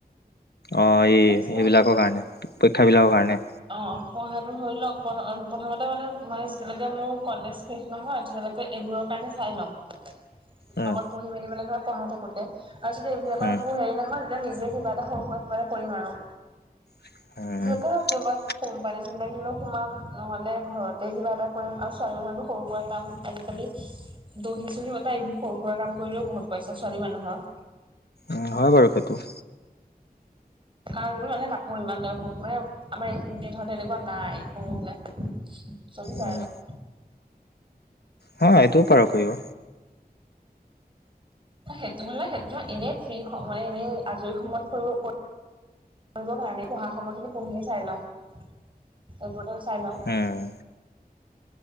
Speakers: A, on the left (about 85°); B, on the right (about 30°).
A: অ এই
B: তাৰপিছত
A: সেইবিলাকৰ কাৰণে পৰীক্ষাবিলাকৰ কাৰণে।
B: অ পঢ়াটো হৈ লওক প্ৰথমতে মানে মানে যেতিয়ালৈকে মোৰ কলেজ শেষ নহয় তেতিয়া ঘতে এইবোৰৰ কাৰণে চাই লওঁ।
A: উম
B: অকণ পঢ়ি মেলি মানে ধৰ পঢ়ায় থাকোতে আৰু যদি এইবিলাকৰ
A: উম
B: একো হেৰি নহয় তেতিয়া নিজে কিবা সৰু সোৱা কিবা এটা কৰিম আৰু।
A: <unintelligible>
B: যিহেতু কিবা কোম্পানী চোম্পানী হলোঁ সোমাম নহ'লে ঘৰতে কিবা এটা কৰিম আৰু ছোৱালী মানুহৰটো সৰু সুৰা কাম আ জিকালি দহি চহি বতা এইবোৰ সৰু সুৰা কাম কৰিলেও বহুত পাইছা ছোৱালী মানুহৰ
A: অ হয় বাৰু সেইটো।
B: কাৰণ যিটোল মানুহে কাপোৰ ইমান লয় হু মানে আমাৰ এইখিনিতে ধৰ তেনেকুৱা নাই একো চলিযায়
A: উম
B: আৰু।
A: হয় এইটোও পাৰ কৰিব।
B: সেইটো হ'লে সেইটো এনে ফ্ৰী মানে এনে আজৰি সময়ত কৰিব প কাৰণে পঢ়া সময়খিনি পঢ়িয়ে চাই লওঁ এইবোৰ <unintelligible> চাই লওঁ।
A: উম